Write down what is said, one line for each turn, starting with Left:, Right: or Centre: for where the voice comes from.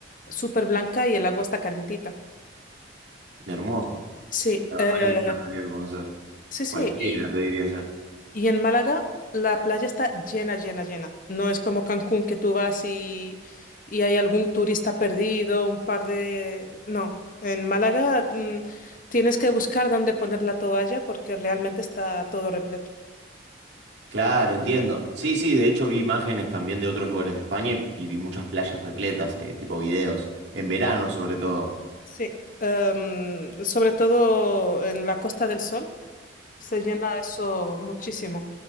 Left: súper blanca y el agua está calentita.
Right: Hermoso.
Left: Sí,
Right: La
Left: eh,
Right: verdad que me encantaría conocer.
Left: sí,
Right: Cualquiera,
Left: sí. Y
Right: te diría ya.
Left: Y en Málaga la playa está llena, llena, llena. No es como Cancún que tú vas y, y hay algún turista perdido, un par de... No, en Málaga mm, tienes que buscar dónde poner la toalla porque realmente está todo repleto.
Right: Claro, entiendo. Sí, sí, de hecho vi imágenes también de otros lugares de España y vi muchas playas repletas, eh, tipo videos. En verano, sobre todo.
Left: Sí, em, sobre todo en la Costa del Sol se llena eso muchísimo.